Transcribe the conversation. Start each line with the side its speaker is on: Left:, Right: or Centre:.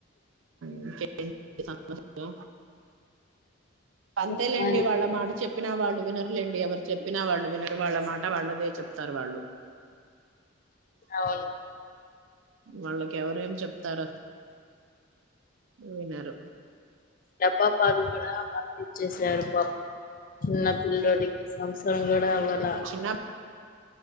Right: ఇంకేంటి సంగతులు అంతేలేండి
Left: చెప్పాలి
Right: వాళ్ళ మాట చెప్పినా వాళ్ళు వినర్లేండి ఎవర్ చెప్పినా వాళ్ళు వినరు వాళ్ళ మాట వాళ్ళదే చెప్తారు వాళ్ళు
Left: అవును
Right: వాళ్ళకి ఎవరేం చెప్తార వినరు
Left: డబ్బా పాలు కూడ ఇచ్చసారు <unintelligible> చిన్న పిల్ల్లోడికి సంవత్సరం కూడ అవ్వాల
Right: చిన్న